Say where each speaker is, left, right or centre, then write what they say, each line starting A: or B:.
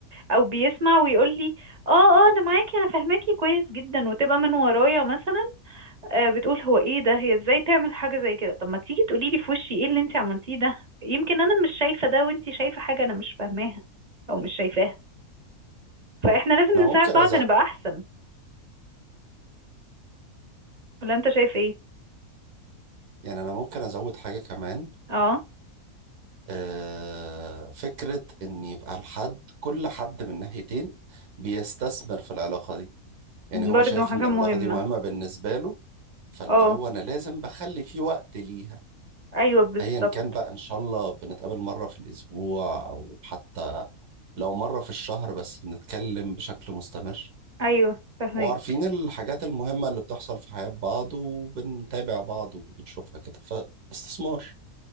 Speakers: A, on the right (about 35°); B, on the right (about 80°).
A: او بيسمع ويقول لي اه اه انا معاكي انا فاهماكي كويس جدا وتبقى من ورايا مثلا آه، بتقول هو ايه ده هي ازاي تعمل حاجة زي كده طب ما تيجي تقولي لي في وشي ايه اللي انت عملتيه ده يمكن انا مش شايفة ده وانت شايفة حاجة انا مش فاهماها او مش شايفاها فاحنا لازم
B: أنا ممكن
A: نساعد بعض
B: أزود
A: نبقى احسن ولا انت شايف ايه
B: يعني أنا ممكن أزود حاجة كمان
A: اه
B: آه، فكرة إن يبقى الحد كل حد من ناحيتين بيستثمر في العلاقة دي يعني هو
A: برضو
B: شايف
A: حاجة
B: إن العلاقة
A: مهمة
B: دي مهمة بالنسبة له فاللي
A: اه
B: هو أنا لازم بخلي فيه وقت ليها
A: ايوه بالظبط
B: ايا كان بقى ان شاء الله بنتقابل مره في الاسبوع او حتى لو مره في الشهر بس بنتكلم بشكل مستمر
A: ايوه فاهمك
B: وعارفين الحاجات المهمة اللي بتحصل في حياة بعض وبنتابع بعض وبنشوفها كده فاستثمار